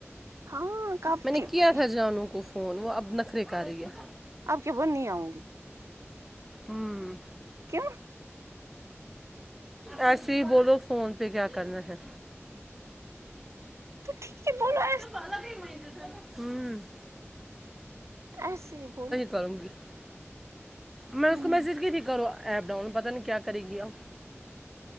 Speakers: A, on the right (about 80°); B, in the centre.
A: ہاں کب
B: میں نے
A: کی
B: کیا
A: پی
B: تھا جانوں کو فون وہ اب نخرے کر رہی ہے
A: آپ کے بن نہیں آؤں گی
B: ہم
A: کیا
B: ایسے ہی بولو فون پہ کیا کرنا ہے
A: تو ٹھیک ہے بولنا
B: ہم <unintelligible>
A: ایسے ہی بولو
B: <unintelligible> میں اس
A: ہوں
B: کو میسج کی تھی کرو ایپ ڈاؤن پتہ نہیں کیا کرے گی آپ